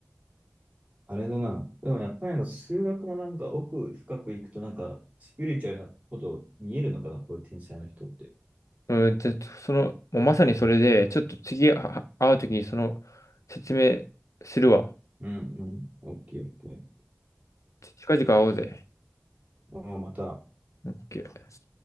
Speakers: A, on the right (about 30°); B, on the left (about 85°).
A: あれだな。でもやっぱりあの数学もなんか奥深くいくとなんかスピリチュアルなこと見えるのかな、こういう天才の人って。
B: うん、ちょっとその、もうまさにそれで、ちょっと次あ会うときにその説明するわ。
A: うんうん。オッケーオッケー。
B: 近々会おうぜ。
A: もうまた
B: オッケー